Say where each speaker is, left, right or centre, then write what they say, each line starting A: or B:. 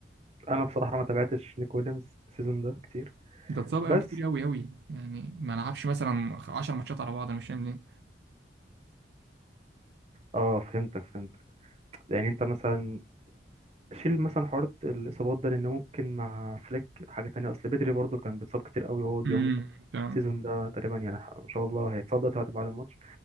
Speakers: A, on the right; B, on the right.
A: انا بصراحة ما تابعتش نيكو ويليامز السيزون ده كتير
B: ده اتصاب
A: بس
B: قوي كتير قوي قوي يعني ما لعبش مثلا 10 ماتشات على بعض انا مش فاهم ليه
A: اه فهمتك فهمتك يعني انت مثلا شيل مثلا حوار الاصابات ده لان ممكن مع فليك حاجة تانية اصل بدري برضو كان بيتصاب كتير قوي وهو ديونج
B: امم فاهم
A: السيزون ده تقريبا يعني ان شاء الله هيتصاب دلوقتي بعد بعد الماتش